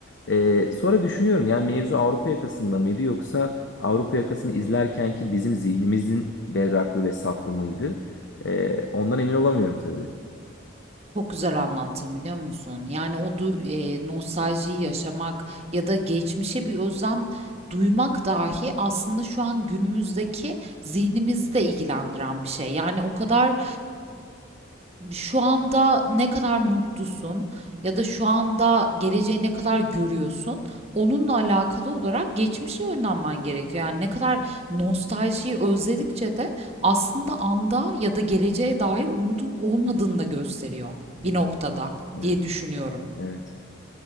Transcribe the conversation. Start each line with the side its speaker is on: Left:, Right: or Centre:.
Left: Ee, sonra düşünüyorum yani mevzu Avrupa yakasında mıydı yoksa Avrupa yakasını izlerken ki bizim zihnimizin berraklığı ve saflığı mıydı? Ee, ondan emin olamıyorum tabii.
Right: çok güzel anlattın biliyor musun? Yani o du e, nostaljiyi yaşamak ya da geçmişe bir özlem duymak dahi aslında şu an günümüzdeki zihnimizi de ilgilendiren bir şey. Yani o kadar Şu anda ne kadar mutlusun ya da şu anda geleceği ne kadar görüyorsun, onunla alakalı olarak geçmişe yönlenmen gerekiyor. Yani ne kadar nostaljiyi özledikçe de aslında anda ya da geleceğe dair umudun olmadığını da gösteriyor bir
Left: Evet,
Right: noktada
Left: evet,
Right: diye düşünüyorum.
Left: evet.